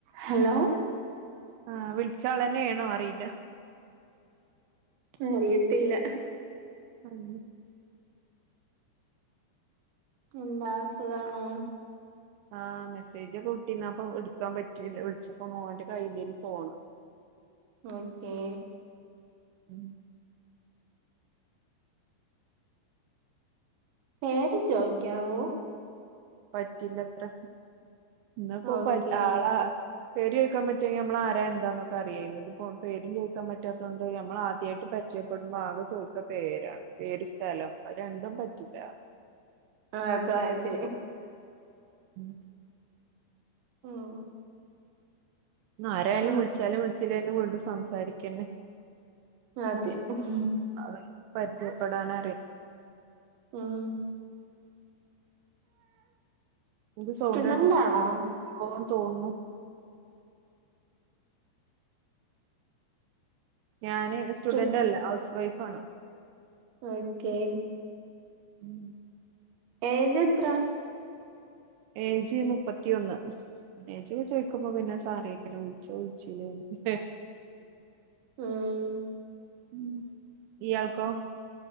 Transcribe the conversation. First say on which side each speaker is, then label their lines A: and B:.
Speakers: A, on the right; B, on the right.
A: Hello
B: ആഹ് വിളിച്ചാളന്നെ ഏണോ അറിയില്ല
A: അറിയത്തില്ല
B: ആം
A: എന്താ സുഖാണോ
B: ആഹ് മെസ്സേജ് വിട്ടിന്ന പ്പം എടുക്കാൻ പറ്റീല വിളിച്ചപ്പോ മോന്റെ കയ്യിലേന്ന് ഫോണ്
A: ഓക്കെ
B: ഉം
A: പേര് ചോയിക്കാവോ
B: പറ്റില്ലാത്ര ഇന്നപ്പോ
A: ഓക്കെ
B: ആളാ പേര് ചോയിക്കാൻ പറ്റുവെങ്കിൽ ഞമ്മള് ആരാ എന്താന്നൊക്കെ അറിയേനു ഇതിപ്പോ പേരും ചോയിക്കാൻ പറ്റാത്തോണ്ട് ഞമ്മള ആദ്യാട്ട് പരിചയപ്പെടുമ്പോ ആക ചോയിക്കാ പേരാണ് പേര് സ്ഥലം രണ്ടും പറ്റില്ല
A: ആഹ് അത അതെ
B: ഉം
A: ഉം
B: ആരായാലും
A: ആഹ്
B: വിളിച്ചാലും വിളിച്ചില്ലേലും വീണ്ടും സംസാരിക്കന്നെ
A: അതെ ഉം
B: അതെ പരിജയപ്പെടാനാ
A: ഉം
B: ഒരു സൗണ്ടേട്ടിട്ട്
A: സ്റ്റുഡന്റ് ആണോ
B: ഓ തോന്നുന്നു ഞാന് സ്റ്റുഡന്റ്
A: സ്റ്റു
B: അല്ല ഹൗസ് വൈഫ് ആണ്
A: ഓക്കേ
B: ഉം
A: ഏ ജ് എത്ര
B: ഏ ജ് മുപ്പത്തി ഒന്ന് എജി ഒക്കെ ചേയിച്ചോക്കുമ്പം പിന്നെ സാറോക്കനു വിൽച്ചോ വിൽച്ചില്ലേ ന്ന് ല്ലെ
A: ഉം
B: ഉം ഇയാൾക്കോ